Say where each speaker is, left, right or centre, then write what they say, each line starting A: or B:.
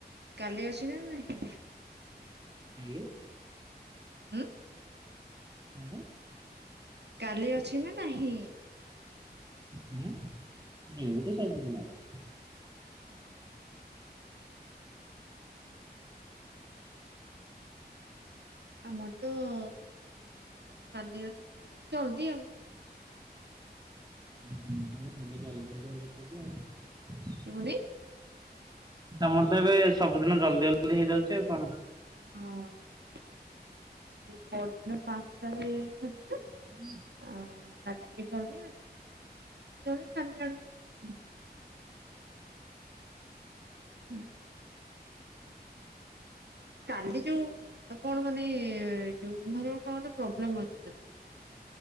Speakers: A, on the right; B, on the right.
A: କାଲି ଅସ ନା ନାହିଁ
B: <inaudible>
A: <inaudible>
B: <inaudible>
A: କାଲି ଅଛି ନା ନାହିଁ
B: <unintelligible>
A: <inaudible> <inaudible> ଆମର ତ ଅ କାଲି ଅଛି ଯେ କ ଜଲଦି ଆଉ।
B: ତା ଚାଲ ଆଉ
A: <unintelligible>
B: ତମର ତ ଏବେ ସବୁଦିନ ଜଲ୍ଦି ଜଲ୍ଦି ହେଇଯାଉଛି ଆଉ କଣ।
A: ହଁ ଯୋଉ ପରଦିନ ପାଞ୍ଚଟାରେ ଛା
B: <inaudible>
A: ଆ କାଲି ଟିକେ ଜଲ୍ଦି ଆଜି ଟିକେ ବି ଜଲ୍ଦି କାଲି ଆଡକୁ ଆଉ <inaudible> କାଲି ଯୋଉ କଣ ମାନେ ଯୋଉ ମୁହଁରେ କଣ ମେ ପ୍ରୋବ୍ଲେମ ଅଛି ମଧେ